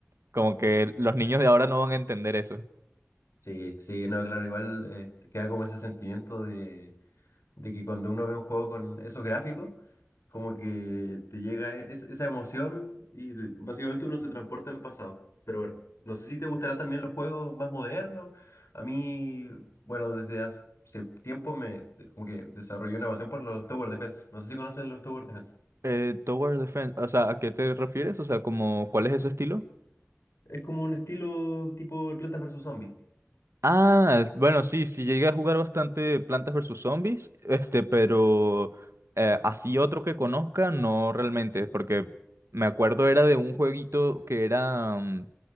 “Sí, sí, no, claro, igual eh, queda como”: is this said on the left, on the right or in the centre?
Left